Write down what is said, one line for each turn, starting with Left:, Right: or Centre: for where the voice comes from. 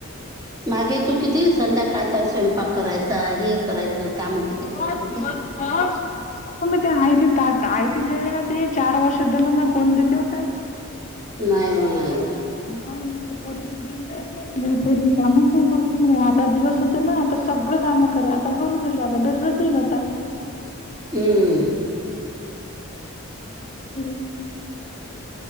Right: मागे तू किती संध्याकाळचा आहे स्वयंपाक करायचं आहे करायचं. काम किती
Left: हो <unintelligible>
Right: करत होती
Left: आयते ताट आयते जेवायला ते चार वर्ष दिलं ना कोण देते ओ ताई?
Right: नाही ओ नाही.
Left: म नुसतं पोरगंच घेऊन जाते म पोरगी कामच नाही करत <unintelligible> आता दिवस होते ना आता सगळं काम कर आता करू <unintelligible>
Right: हम्म.
Left: <unintelligible>